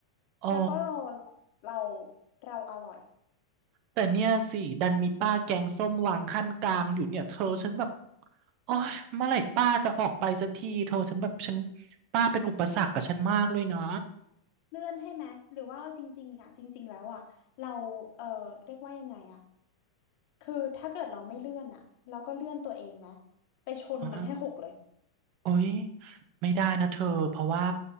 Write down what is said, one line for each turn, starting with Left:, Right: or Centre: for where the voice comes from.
Right: อ๋อ
Left: แล้วก็เราเราเราอร่อย
Right: แต่เนี่ยสิ ดันมีป้าแกงส้มวางขั้นกลางอยู่เนี่ย เธอฉันแบบโอ้ยเมื่อไหร่ป้าจะออกไปสักทีเธอฉันแบบ ฉันป้าเป็นอุปสรรคกับฉันมากเลยนะ
Left: เลื่อนให้ไหมหรือว่าเอาจริงๆอ่ะจริงๆแล้วอ่ะเราเออเรียกว่ายังไงอ่ะคือถ้าเกิดเราไม่เลื่อนอ่ะเราก็เลื่อนตัวเองไหมไปชนมันให้หกเลย
Right: อ๋อ โอ๊ยไม่ได้นะเธอเพราะว่า